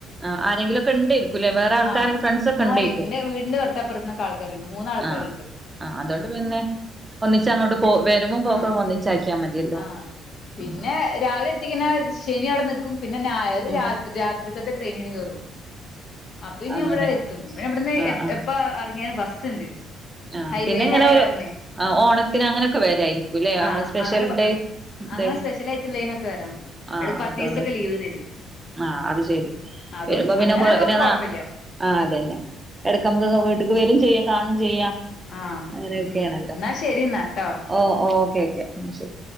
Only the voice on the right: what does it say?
ആ ആരെങ്കിലുമൊക്കെ ഉണ്ടേരിക്കൂല്ലേ വേറെ ആൾക്കാര്
ഫ്രണ്ട്സ് ഒക്കെ
ഉണ്ടേക്കും
ആ ആ അതുകൊണ്ട് പിന്നെ ഒന്നിച്ച് അങ്ങോട്ട് പോ വരുമ്പോ പോക്കക്കെ
ഒന്നിച്ച് ആക്കിയാൽ മതിയല്ലോ
ഉം
ഉം
അങ്ങനെ
ആ ആ
ആ
പിന്നെ ഇങ്ങനെ ഒരു
ആ ഓണത്തിന് അങ്ങനെയൊക്കെ വരായിരിക്കുംല്ലേ നമ്മള്
സ്പെഷ്യൽ
ഡേ
ഡേ
ആ
ആ
അതുകൊണ്ട്
ആഹ് അത് ശെരി
വെരുമ്പ പിന്നെ
കൊ <unintelligible>
ആ അത് തന്നെ എടയ്ക്ക് നമുക്ക് വീട്ട്ക്ക് വരും ചെയ്യാം കാണും ചെയ്യാം
അങ്ങനെയൊക്കെ
ആണല്ലോ
ഓ ഓക്കെ ഓക്കെ അത് ശരി